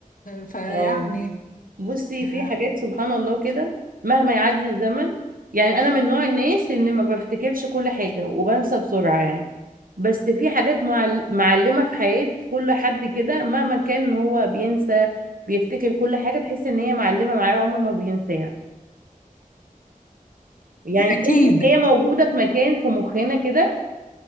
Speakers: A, on the left; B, on the right.
A: فيعني
B: اه بصي
A: آه،
B: في حاجات سبحان الله كده مهما يعدي الزمن يعني انا من نوع الناس ان ما بفتكرش كل حاجه وبنسى بسرعه يعني بس في حاجات معل... معلمه في حياه كل حد كده مهما كان هو بينسى بيفتكر كل حاجه تحس ان هي معلمه معاه عمر ما بينساها يعني
A: اكيد
B: تحس ان هي موجوده في مكان في مخنا كده